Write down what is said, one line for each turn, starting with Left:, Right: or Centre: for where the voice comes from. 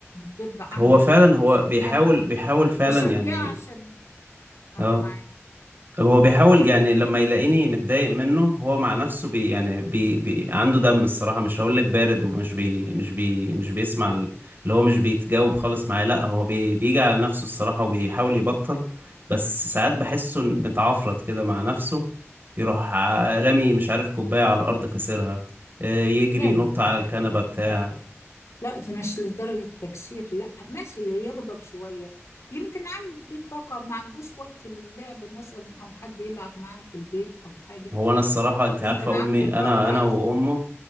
Left: ترضى عنه
Right: هو فعلا
Left: تبقى مبسوط
Right: هو بيحاول
Left: منه
Right: بيحاول فعلا
Left: وشجعه
Right: يعني
Left: عشان اه
Right: اه
Left: معاك
Right: طب هو بيحاول يعني لما يلاقيني متضايق منه هو مع نفسه بي يعني بي بي عنده دم الصراحة مش هقول لك بارد ومش بي مش بي مش بيسمع ال- اللي هو مش بيتجاوب خالص معايا لا هو بي بيجي على نفسه الصراحة وبيحاول يبطل بس ساعات بحسه متعفرت كده مع نفسه يروح ع- رامي مش عارف كوباية على الأرض كسرها آه، يجري
Left: لا
Right: ينط
Left: لا لا
Right: على
Left: لا
Right: الكنبة
Left: لا,
Right: بتاع
Left: لا. لا ده مش لدرجة تكسير لا ماشي يغضب شوية يمكن عنده في طاقة ما عندوش وقت للعب مثلا أو حد يلعب معاه في البيت أو حاجة
Right: هو أنا الصراحة أنت
Left: يمكن
Right: عارفة
Left: عنده
Right: أمي
Left: طاقة
Right: أنا أنا
Left: عايز
Right: وأمه
Left: يخرج